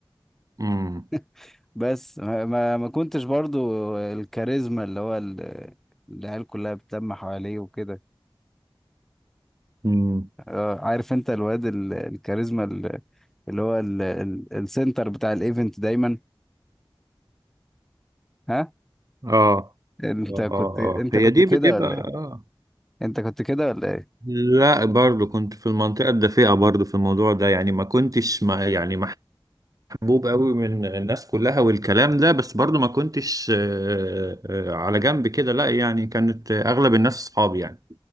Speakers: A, on the right; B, in the centre.
A: امم
B: <laughs> بس ما ما ما كنتش برضو الكاريزما اللي هو ال- العيال كلها بتلم حواليه وكده
A: امم
B: آه، عارف انت الواد ال- الكاريزما ال- اللي هو ال- ال- السنتر بتاع الايفنت دايما ها
A: اه
B: انت
A: اه
B: كنت
A: اه
B: انت
A: آه. هي
B: كنت
A: دي
B: كده
A: بتبقى
B: ولا
A: اه
B: ايه انت كنت كده ولا ايه
A: لا برضو كنت في المنطقة الدفيئة برضو في الموضوع ده يعني ما كنتش ما يعني محبوب قوي من الناس كلها والكلام ده بس برضو ما كنتش آه، آه، على جنب كده لا يعني كانت آه، اغلب الناس اصحابي يعني